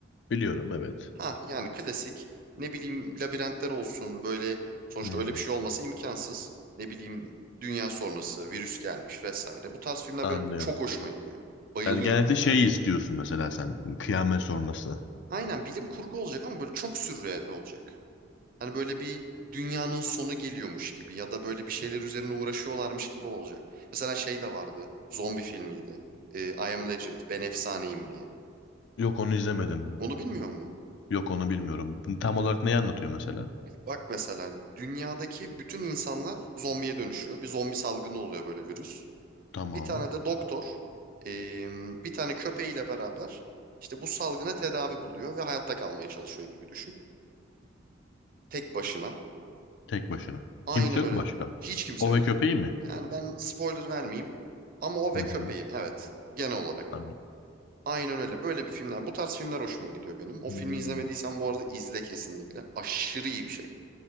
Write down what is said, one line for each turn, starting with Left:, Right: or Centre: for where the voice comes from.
Left: Biliyorum evet.
Right: Ha yani klasik ne bileyim labirentler olsun böyle sonuçta
Left: Hmm,
Right: öyle bir şey olması imkansız. Ne bileyim dünya sonrası virüs gelmiş vesaire. Bu tarz filmler
Left: Anlıyorum.
Right: böyle çok hoşuma gidiyor. Bayılıyorum.
Left: Yani genellikle şey istiyorsun mesela sen kıyamet sonrası.
Right: Aynen bilim kurgu olacak ama böyle çok sürreal olacak. Hani böyle bir dünyanın sonu geliyormuş gibi ya da böyle bir şeyler üzerine uğraşıyorlarmış gibi olacak. Mesela şey de vardı. Zombi filmiydi. Ee, I Am Legend, Ben Efsaneyim diye.
Left: Yok onu izlemedim.
Right: Onu bilmiyor musun?
Left: Yok onu bilmiyorum. Tam olarak neyi anlatıyor mesela?
Right: Bak mesela dünyadaki bütün insanlar zombiye dönüşüyor. Bir zombi salgını oluyor böyle virüs.
Left: Tamam.
Right: Bir tane de doktor eee, bir tane köpeğiyle beraber işte bu salgına tedavi buluyor ve hayatta kalmaya çalışıyor gibi düşün. Tek başına.
Left: Tek başına.
Right: Aynen
Left: Kimse yok
Right: öyle.
Left: mu başka?
Right: Hiç kimse
Left: O
Right: yok.
Left: ve köpeği mi?
Right: Yani ben spoiler vermeyeyim. Ama o ve
Left: Hı hı.
Right: köpeği evet genel olarak.
Left: Anladım.
Right: Aynen öyle. Böyle bir filmler. Bu tarz filmler hoşuma gidiyor benim. O
Left: Hmm,
Right: filmi izlemediysen bu arada izle kesinlikle. Aşırı iyi bir şey.